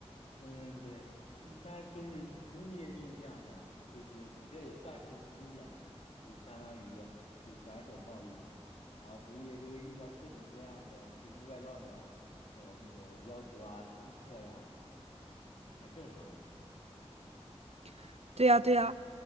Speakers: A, on the left; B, on the right.
A: 嗯，对，嗯它就是服务业就是这样的，就是你这也算是服务业嘛，就相当于就是转手贸易，然后服务业就会遇到各种各样的奇形怪状的呃那种要求啊，顾客呀，也很正常呀。
B: <laughs> 对啊，对啊，